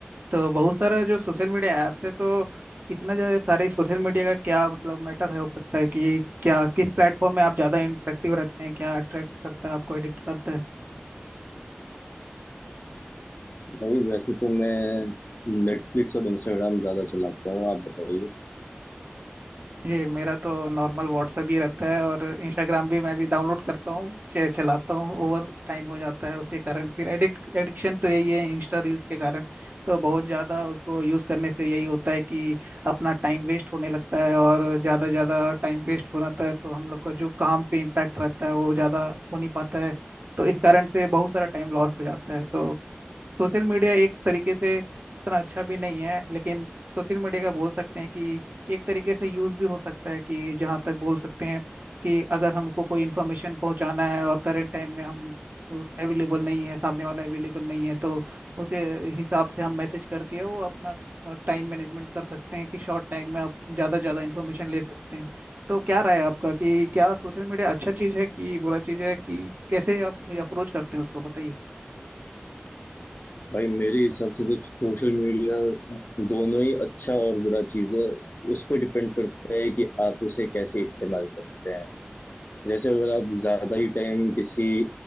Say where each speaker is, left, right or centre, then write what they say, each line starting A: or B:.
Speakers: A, on the right; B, on the left.
A: तो बहुत सारा जो सोशल मीडिया ऐप्स है तो इतना ज़्यादा सारे सोशल मीडिया का क्या मतलब मैटर है हो सकता है कि क्या किस प्लेटफॉर्म में आप ज़्यादा इंटरेक्टिव रहते हैं क्या अट्रैक्ट करता है आपको एडिक्ट करता है
B: भाई वैसे तो मैं नेटफ्लिक्स और इंस्टाग्राम ज्यादा चलाता हूँ आप बताइए
A: जी मेरा तो नॉर्मल व्हाट्सएप ही रहता है और इंस्टाग्राम भी मैं भी डाउनलोड करता हूँ चे- चलाता हूँ ओवर टाइम हो जाता है उसके कारण फिर एडिक्ट एडिक्शन तो यही है इंस्टा रील्स के कारण तो बहुत ज़्यादा उसको यूज़ करने से यही होता है कि अपना टाइम वेस्ट होने लगता है और ज़्यादा ज़्यादा टाइम वेस्ट हो जाता है तो हम लोग का जो काम पे इम्पैक्ट रहता है वो ज़्यादा हो नहीं पाता है तो इस कारण से बहुत सारा टाइम लॉस हो जाता है तो सोशल मीडिया एक तरीके से उतना अच्छा भी नहीं है लेकिन सोशल मीडिया का बोल सकते हैं कि एक तरीके से यूज़ भी हो सकता है कि जहाँ तक बोल सकते हैं कि अगर हमको कोई इन्फॉर्मेशन पहुँचाना है और करंट टाइम में हम अवेलेबल नहीं है सामने वाला अवेलेबल नहीं है तो उसे हिसाब से हम मैसेज करके वो अपना टाइम मैनेजमेंट कर सकते हैं कि शॉर्ट टाइम में आप ज़्यादा ज़्यादा इन्फॉर्मेशन ले सकते हैं तो क्या राय है आपका कि क्या सोशल मीडिया अच्छा चीज़ है कि बुरा चीज़ है कि कैसे आप अप्रोच करते हैं उसको बताइए
B: भाई मेरे हिसाब से तो सोशल मीडिया दोनों ही अच्छा और बुरा चीज है उस पर डिपेंड करता है कि आप उसे कैसे इस्तेमाल करते हैं जैसे अगर आप ज्यादा ही टाइम किसी